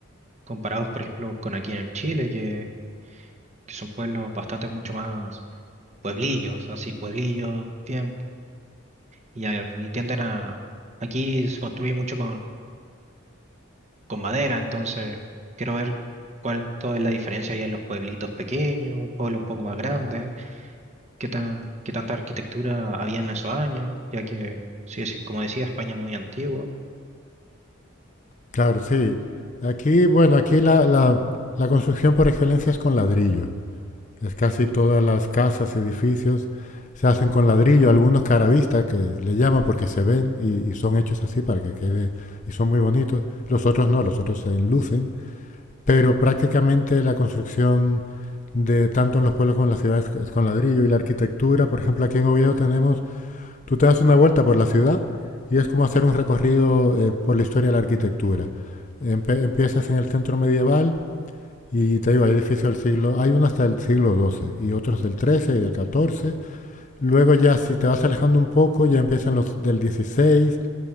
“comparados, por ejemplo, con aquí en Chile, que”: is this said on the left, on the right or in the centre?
Right